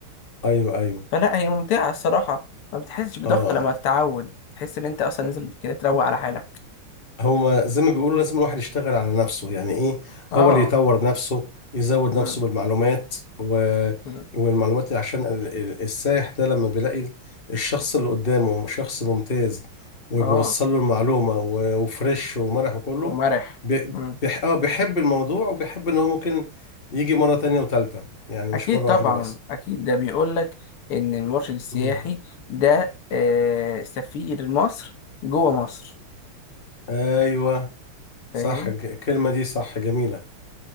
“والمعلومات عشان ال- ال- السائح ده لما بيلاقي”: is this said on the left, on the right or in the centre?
Left